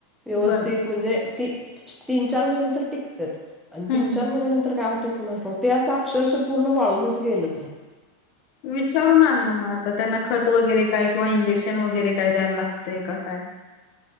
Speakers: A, in the centre; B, on the left.
A: व्यवस्थित
B: बर
A: म्हणजे ती तीन चार महिने तर टिकतात आणि
B: हम्म.
A: तीन चार महिन्या नंतर काय होते कुणा ते असं अक्षरश पूर्ण वाळूनच गेलं झालं
B: विचारून आण ना मग आता त्यांना खत वगैरे काय किंवा इंजेक्शन वगैरे काय द्यायला लागते काय